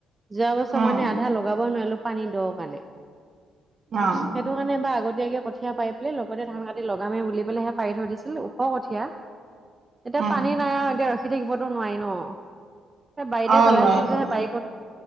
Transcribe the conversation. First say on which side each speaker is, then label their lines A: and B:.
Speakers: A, on the right (about 25°); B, on the right (about 55°).
A: যোৱা বছৰ
B: উম
A: মানে আধা লগাব নোৱাৰিলো পানী দ কাৰণে সেইটো
B: অ
A: কাৰণে বা আগতে এতিয়াকে কঠিয়ীয়া পাই পেলাই লগতে ধান কাটি লগামে বুলি পেলাইহে পাৰি থৈ দিছিল, ওখ কঠীয়া, এতিয়া
B: উম
A: পানী নাই আৰু এতিয়া ৰখি থাকিবতো নোৱাৰি ন', সেই বাৰিতেই
B: অ
A: পেলাইছিল
B: নোৱাৰি নোৱাৰি
A: যে সেই বাৰিক